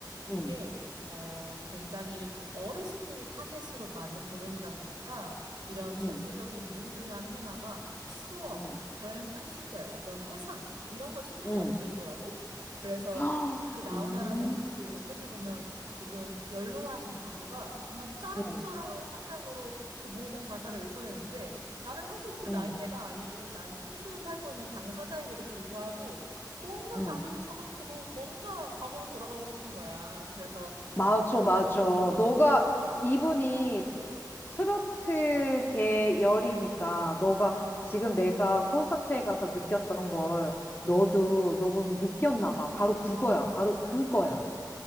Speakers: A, on the right; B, on the left.
A: 이게
B: 응,
A: 어 굉장히 어르신들을 타겟으로 만든 공연이다 보니까 이런 전체적인
B: 응,
A: 무드나 테마가 추억,
B: 응,
A: 젊은 시절, 어떤 회상 이런 거에 초점이
B: 응.
A: 맞춰져 있더라고. 그래서
B: <gasps> 헉,
A: 그 나훈아라는
B: 음,
A: 그 어떻게 보면 조금 연로하신 가수가 정말 쩌렁쩌렁한
B: 응,
A: 성량으로 그 모든 가사를 읊어내는데 나는 사실 그 나이대가
B: 응,
A: 아니고 난 청춘을 살고 있는 당사자임에도 불구하고 뭔가
B: 응.
A: 가슴이 서글프고 뭔가 과거로 돌아가고 싶은 거야. 그래서
B: 맞아, 맞아.
A: 어,
B: 너가, 이분이 트로트 계 열이니까, 너가 지금 내가 콘서트에 가서 느꼈던 걸 너도 너무 느꼈나 봐. 바로 그거야, 바로 그거야.